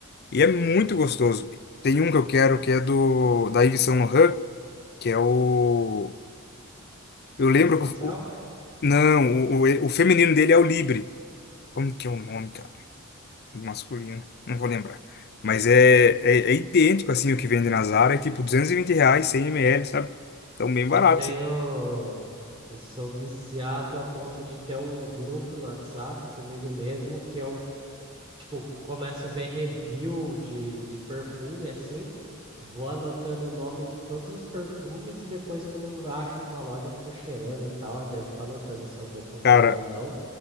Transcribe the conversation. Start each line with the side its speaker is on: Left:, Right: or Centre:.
Left: E é muito
Right: Uhum.
Left: gostoso. Tem um que eu quero que é do da Yves Saint Laurent, que é o. Eu lembro
Right: Myself?
Left: que. o- o- Não, o, o, o feminino dele é o Libre. Como que é o nome, masculino, não vou lembrar. Mas é,
Right: Hum.
Left: é, é idêntico, assim, o que vende na Zara, é tipo 220 reais, 100 ml, sabe? Então, bem
Right: Eu
Left: barato,
Right: tenho.
Left: assim.
Right: Eu sou viciado a ponto de ter um grupo no WhatsApp comigo mesmo que eu, tipo, começo a ver review de, de perfume assim, vou anotando o nome de todos os perfumes e depois, quando eu acho numa loja, eu fico cheirando e tal, e daí eu fico anotando se eu vou comprar
Left: Cara,
Right: ou não.